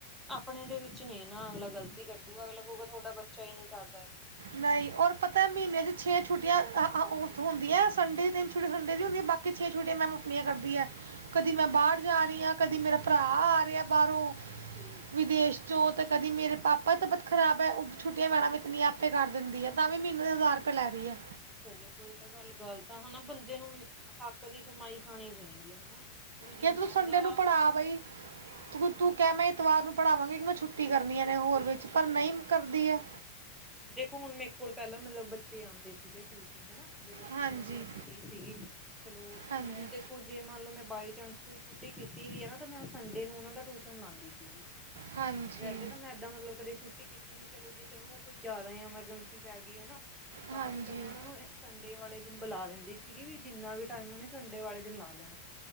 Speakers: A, in the centre; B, on the right.
A: ਆਪਣੇ ਦੇ ਵਿੱਚ ਨਹੀਂ ਨਾ ਅਗਲਾ ਗ਼ਲਤੀ ਕੱਢ ਗਾ ਅਗਲਾ ਕਹੂੰਗਾ ਤੁਹਾਡਾ ਬੱਚਾ ਹੀ ਨੀ ਕਰ
B: ਨਹੀਂ ਔਰ ਪਤਾ ਮਹੀਨੇ ਚ ਛੇ ਛੁੱਟੀਆਂ ਆ ਆ ਹੁੰਦੀਆਂ ਸੰਡੇ ਦੇ ਦਿਨ ਛੁੱਟੀ ਸੰਡੇ ਦੀ ਹੁੰਦੀ ਬਾਕੀ ਛੇ ਛੁੱਟੀਆਂ ਮੈਂਮ ਆਪਣੀਆਂ ਕਰਦੀ ਐ ਕਦੀ ਮੈਂ ਬਾਹਰ ਜਾ ਰਹੀ ਹਾਂ ਕਦੀ ਮੇਰਾ ਭਰਾ ਆ ਰਿਹਾ ਬਾਹਰੋਂ
A: ਠੀਕ
B: ਵਿਦੇਸ਼
A: ਹੈ ਠੀਕ ਹੈ
B: ਚੋਂ ਤੇ ਕਦੀ ਮੇਰੇ ਪਾਪਾ ਤਬਅਤ ਖ਼ਰਾਬ ਹੈ ਉਹ ਛੁਟਟੀ ਮੈਡਮ ਇਤਨੀ ਆਪ ਕਰ ਦਿੰਦੀ ਹੈ ਤਾਂ ਵੀ ਮਹੀਨੇ ਦੇ ਹਜ਼ਾਰ ਰੁਪਏ ਲੈ ਰਹੀ ਹੈ।
A: ਫਿਰ ਦੇਖੋ ਇਹ ਤਾਂ ਗੱਲ ਗੱਲ਼ਤ ਨਾ ਹਨਾ ਬੰਦੇ ਨੂੰ ਹੱਕ ਦੀ ਕਮਾਈ ਖਾਣੀ ਚਾਹੀਦੀ ਹੈ ਹਨਾ। ਵੀ ਜਿੰਨਾ
B: ਜੇ ਤੂੰ ਸੰਡੇ
A: ਉਹਦਾ
B: ਨੂੰ
A: ਹਾਂ
B: ਪੜ੍ਹਾ ਬਈ ਤੂੰ ਤੂੰ ਕਹਿ ਮੈਂ ਤਵਾਰ ਨੂੰ ਪੜਾਵਾਂਗੀ। ਮੈਂ ਛੁੱਟੀ
A: ਬਿਲਕੁਲ
B: ਕਰਨੀ ਆ ਨੇ ਹੋਰ
A: ਬਿਲਕੁਲ
B: ਵਿੱਚ ਪਰ
A: ਬਿਲਕੁਲ
B: ਨਹੀਂ ਕਰਦੀ ਹੈ।
A: ਦੇਖੋ ਹੁਣ ਮੇਰੇ ਕੋਲ ਪਹਿਲਾਂ ਮਤਲਬ ਬੱਚੇ ਆਉਂਦੇ ਸੀਗੇ ਟਿਊਸ਼ਨ ਹੈਨਾ। ਜਦੋਂ
B: ਹਾਂਜੀ
A: ਮਤ ਮੈਂ ਫੱਰੀ ਸੀਗੀ ਚਲੋ
B: ਹਾਂਜੀ
A: ਮੈਂ ਦੇਖੋ ਜੇ ਮੰਨ ਲਓ ਮੈਂ ਬਾਈ ਚਾਂਸ ਕੋਈ ਛੁੱਟੀ ਕੀਤੀ ਵੀ ਹੈ ਨਾ ਤਾਂ ਮੈਂ ਸੰਡੇ ਨੂੰ ਉਹ ਦਾ ਟਿਊਸ਼ਨ ਲਾਉਂਦੀ ਸੀਗੀ।
B: ਹਾਂਜੀ
A: ਵੈਸੇ ਤਾਂ ਮੈਂ ਇਦਾਂ ਮਤਲਬ ਕਦੇ ਛੁੱਟੀ ਕੀਤੀ। ਨੀ ਚਲੋ ਜੀ ਕਈ ਵਾਰ ਕੋਈ ਜ਼ਿਆਦਾ ਹੀ ਐਮਰਜੈਂਸੀ ਪੈ ਗਈ ਹੈਨਾ। ਤਾਂ
B: ਹਾਂਜੀ ਹਾਂਜੀ
A: ਮਤਲਬ ਮੈਂ ਉਹਨਾਂ ਨੂੰ ਸੰਡੇ ਵਾਲੇ ਦਿਨ ਬੁਲਾ ਲੈਂਦੀ ਸੀਗੀ ਵੀ ਜਿੰਨਾ ਵੀ ਟਾਈਮ ਉਹਨੇ ਸੰਡੇ ਵਾਲੇ ਦਿਨ ਲਾ ਲੈਣਾ।